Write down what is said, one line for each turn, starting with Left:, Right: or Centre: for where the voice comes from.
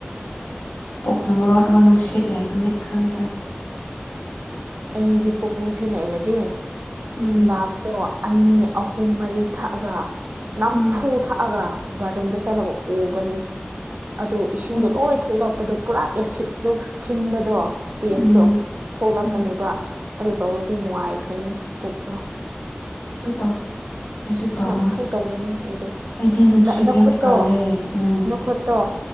Left: ꯄꯨꯛꯅ ꯃꯔꯣ ꯑꯃ ꯅꯨꯡꯁꯤꯠ ꯂꯩꯕꯅꯤ ꯈꯪꯗ꯭ꯔꯦ
Right: ꯑꯩꯗꯤ ꯄꯣꯛ ꯅꯨꯡꯁꯤꯠ ꯂꯩꯔꯗꯤ
Left: ꯎꯝ
Right: ꯒ꯭ꯂꯥꯁꯇꯣ ꯑꯅꯤ ꯑꯍꯨꯝ ꯃꯔꯤ ꯊꯛꯑꯒ ꯅꯝꯐꯨ
Left: ꯎꯝ
Right: ꯊꯛꯑꯒ ꯕꯥꯠꯔꯨꯝꯗ ꯆꯠꯂꯒ ꯑꯣꯕꯅꯦ ꯑꯗꯣ ꯏꯁꯤꯡꯗꯣ
Left: ꯑꯣ
Right: ꯂꯣꯏ ꯊꯣꯛꯂꯛꯄꯗ ꯄꯨꯔꯥ ꯑꯦꯁꯤꯠ ꯑꯗꯨ ꯁꯤꯟꯕꯗꯣ ꯇꯦꯁꯇꯣ
Left: ꯎꯝ
Right: ꯊꯣꯛꯂꯛꯀꯅꯦꯕ
Left: ꯎꯝ
Right: ꯑꯗꯨ ꯇꯧꯔꯨꯗꯣꯏꯅꯦ ꯅꯨꯡꯉꯥꯏꯈ꯭ꯔꯅꯤ ꯄꯨꯛꯇꯣ
Left: ꯇꯧꯋ ꯑꯩꯁꯨ ꯇꯧꯒꯅꯤ
Right: ꯅꯝꯐꯨ ꯇꯧꯕꯅꯦ ꯑꯩꯗꯤ
Left: ꯑꯩꯗꯤ ꯅꯨꯡꯁꯤꯠ
Right: ꯅꯈꯨꯠꯇꯣ
Left: ꯌꯥꯝ ꯀꯒꯟꯂꯦ ꯎꯝ
Right: ꯅꯈꯨꯠꯇꯣ